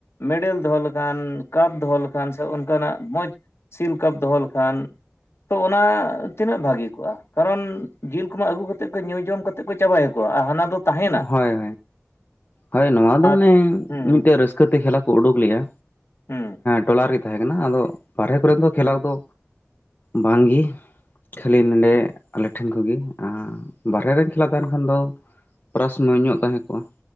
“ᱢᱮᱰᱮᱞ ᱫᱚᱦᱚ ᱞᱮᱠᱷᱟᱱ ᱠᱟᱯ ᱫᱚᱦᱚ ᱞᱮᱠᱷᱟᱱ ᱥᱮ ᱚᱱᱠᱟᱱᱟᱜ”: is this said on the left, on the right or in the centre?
Left